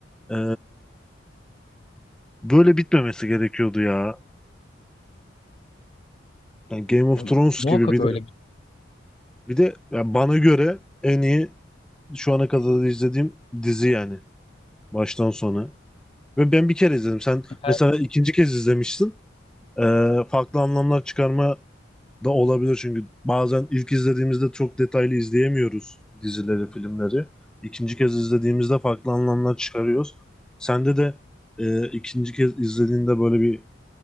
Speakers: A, in the centre; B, on the left.
A: e, böyle bitmemesi gerekiyordu ya. Yani Game of
B: Ya,
A: Thrones
B: muhakkak
A: gibi bir
B: öyle
A: de
B: bir
A: bir de yani bana göre en iyi şu ana kadar izlediğim dizi yani baştan sona. Ve ben bir kere izledim. Sen
B: her,
A: mesela ikinci kez izlemişsin. E, farklı anlamlar çıkarma da olabilir çünkü bazen ilk izlediğimizde çok detaylı izleyemiyoruz dizileri, filmleri. İkinci kez izlediğimizde farklı anlamlar çıkarıyoruz. Sende de e, ikinci kez izlediğinde böyle bir